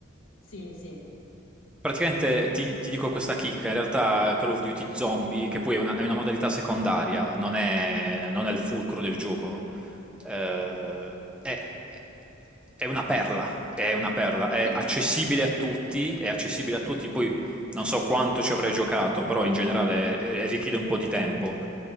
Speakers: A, on the left; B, in the centre.
A: Sì, sì.
B: Praticamente ti, ti dico questa chicca, in realtà Call of Duty Zombie, che poi è una, è una modalità secondaria, non è, non è il fulcro del gioco, eh, è, è una perla, è una perla, è
A: <laughs>
B: accessibile a tutti, è accessibile a tutti, poi non so quanto ci avrei giocato, però in generale eh, eh, richiede un po' di tempo.